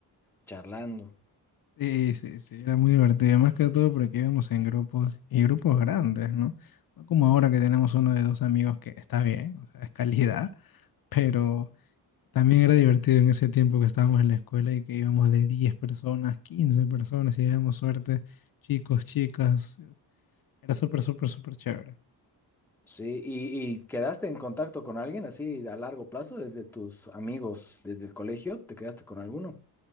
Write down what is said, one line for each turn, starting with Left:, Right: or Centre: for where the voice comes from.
Centre: charlando.
Left: Sí, sí, sí, era muy divertido, más que todo porque íbamos en grupos y grupos grandes, ¿no? No como ahora que tenemos uno de dos amigos que está bien, o sea, es calidad, <laughs> pero También era divertido en ese tiempo que estábamos en la escuela y que íbamos de 10 personas, 15 personas, y íbamos suerte, chicos, chicas. Era súper, súper, súper chévere.
Centre: Sí, ¿y, y quedaste en contacto con alguien así a largo plazo, desde tus amigos, desde el colegio? ¿Te quedaste con alguno?